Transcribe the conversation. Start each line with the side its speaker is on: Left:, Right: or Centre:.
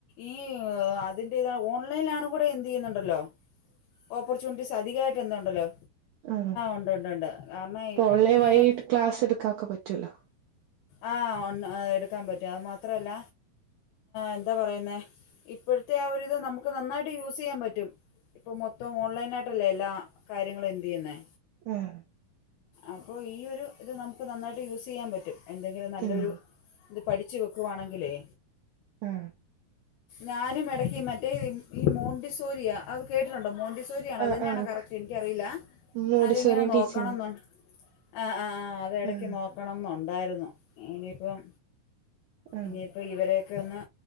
Left: ഈ അതിൻ്റെ താ ഓൺലൈനൽണ കൂടെ എന്ത് ചെയ്യുന്നുണ്ടല്ലോ ഓപ്പർച്യൂണിറ്റീസ് അധികമായിട്ട് എന്തുണ്ടല്ലോ
Right: ആ
Left: ഉണ്ട് ഉണ്ട് ഉണ്ട് കാരണം
Right: ഇപ്പൊ
Left: ഇപ്പോഴത്തെ
Right: ഓൺലൈൻ വഴി ക്ലാസ് എടുക്കനോകേ പറ്റൂല്ലോ
Left: ആ ഒ എടുക്കാൻ പറ്റും അത് മാത്രല്ല എന്താ പറയുന്നേ ഇപ്പോഴത്തെ ഒരിത് നമുക്ക് നന്നായിട്ട് യൂസ് ചെയ്യാൻ പറ്റും ഇപ്പൊ മൊത്തം ഓൺലൈന ആയിട്ടല്ലേ എല്ലാ കാര്യങ്ങളും എന്തു ചെയ്യുന്നേ
Right: ആഹ്
Left: അപ്പൊ ഈ ഒരു ഇത് നമുക്ക് നന്നായിട്ട് യൂസ് ചെയ്യാൻ പറ്റും എന്തെങ്കിലും നല്ലൊരു
Right: ഉം
Left: ഇത് പഠിച്ചു വെക്കുവാണെങ്കിലേ
Right: ഉം
Left: ഞാനും ഇടക്ക് മറ്റേ ഈ മോണ്ടിസോരിയ അത് കേട്ടിട്ടുണ്ടോ മോണ്ടിസോരിയ അത്
Right: ആഹ്
Left: തന്നെയാണ
Right: ആഹ്
Left: കറക്റ്റ് എനിക്കറിയില്ല
Right: മോഡിസോറിയൻ
Left: അതിങ്ങനെ നോക്കണം
Right: ടീച്ചിങ്
Left: എന്നു ആ ആ ആ അത് ഇടക്ക്
Right: ആഹ്
Left: നോക്കണംന്നുണ്ടായിരുന്നു ഇനിയിപ്പം
Right: ആഹ്
Left: ഇനിയിപ്പോ ഇവരൊക്കെ ഒന്ന്